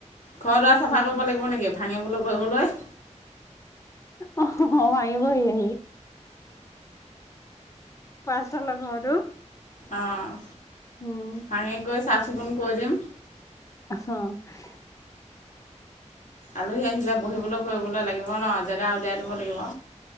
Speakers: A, on the left (about 85°); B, on the left (about 25°).
A: ঘৰ দুৱাৰ চাফা
B: উম,
A: কৰিব লাগিব নেকি? ভাঙিবলৈ কৰিবলৈ।
B: অ', ভাঙিবহি আহি। পাছফালৰ ঘৰটো।
A: অ',
B: উম।
A: ভাঙি কৰি চাফ চিকুণ কৰি দিম।
B: <unintelligible>
A: আলহী আহিলে বহিবলৈ কৰিবলৈ লাগিব ন, জেগা উলিয়াই দিব লাগিব।